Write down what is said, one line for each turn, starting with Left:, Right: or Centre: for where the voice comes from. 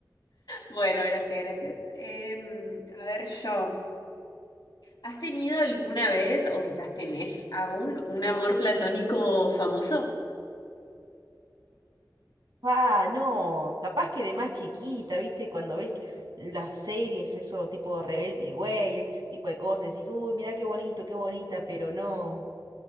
Left: Bueno, gracias, gracias. Em, a ver, yo, ¿has tenido alguna vez, o quizás tenés aún, un amor platónico famoso?
Right: <laughs> Pa, no. Capaz que de más chiquita, ¿viste? Cuando ves las series, eso tipo Rebelde Güey, ese tipo de cosas, decís, uy, mirá qué bonito, qué bonita, pero no.